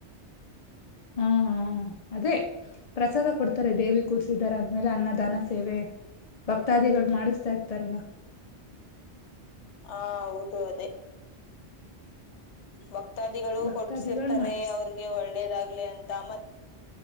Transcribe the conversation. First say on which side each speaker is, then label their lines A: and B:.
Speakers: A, on the left; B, on the left.
A: ಹಾ ಹಾ ಅದೇ ಪ್ರಸಾದ ಕೊಡ್ತಾರೆ ದೇವಿ ಕೂರ್ಸಿದಾರ ಅಂತ. ಆಮೇಲೆ ಅನ್ನದಾನ ಸೇವೆ ಭಕ್ತಾದಿಗಳು ಮಾಡಿಸ್ತಾ ಇರ್ತಾರಲ್ಲಾ.
B: ಆ ಹೌದು ಅದೆ ಬಕ್ ಕ್ತಾದಿಗಳು
A: ಭಕ್ತಾದಿಗಳ್
B: ಕೊಟ್ಟಸಿರ್ತಾರೆ
A: ಮಾಡ್ಸ್
B: ಅವ್ರಿಗೆ ಒಳ್ಳೇದಾಗ್ಲಿ ಅಂತ ಮತ್ತ